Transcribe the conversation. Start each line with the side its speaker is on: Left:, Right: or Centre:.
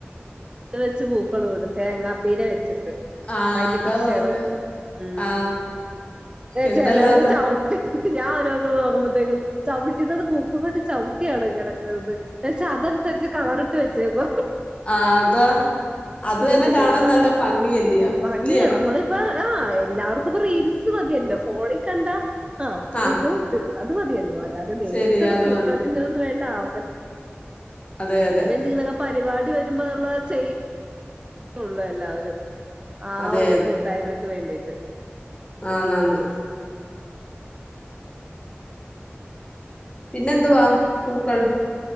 Right: ഇത് വെച്ച് പൂക്കളം ഇടും തേങ്ങാപ്പീര വെച്ചിട്ട്
Left: ആ
Right: അയിന്റെ
Left: അതാ
Right: പിഷർ
Left: പറഞ്ഞ്
Right: ഉം
Left: ആ എന്തെല്ലാതാ
Right: ചെലവര് ച വുട്ടി ഞാൻ ഒരു ദിവസം നോക്കുമ്പത്തേക്ക് ചവിട്ടുന്നത് പൂപ്പും കൊണ്ട് ചൗട്ടിയാണ് കിടക്കുന്നത് തേച്ച് അതെടുത്തേച്ച് കളറിട്ട് വെച്ചേക്കുവാ
Left: ആ അതാ അത് തന്നെ
Right: എന്റെ
Left: കാണാൻ
Right: ദൈവമേ
Left: നല്ല ഭംഗിയല്ലയോ
Right: ഭംഗിയാ
Left: ഇല്ലയോ
Right: നമ്മള് ആഹ് എല്ലാവർക്കും ഇപ്പ റീൽസ് മതിയല്ലോ ഫോണിൽ കണ്ട ആഹ്
Left: ആ
Right: പൂക്കള് അത് മതിയല്ലോ അല്ലാതെ നേരിട്ടത്
Left: ശരി അത്
Right: പൂക്കളത്തിന്റെ
Left: മതി
Right: അതൊന്നും വേണ്ട ആവ
Left: അതെ
Right: പിന്നെ
Left: അതെ
Right: എന്തെങ്കിലുമൊക്കെ പരിപാടി വരുമ്പോ നമ്മളത് ചെയ്യൂന്നേ ഉള്ളു എല്ലാവരും ആ
Left: അതെ
Right: ഒരു കൂട്ടായ്മയ്ക്ക് വേണ്ടീട്ട്
Left: ആന്ന് ആന്ന് പിന്നെന്തുവാ പൂക്കൾ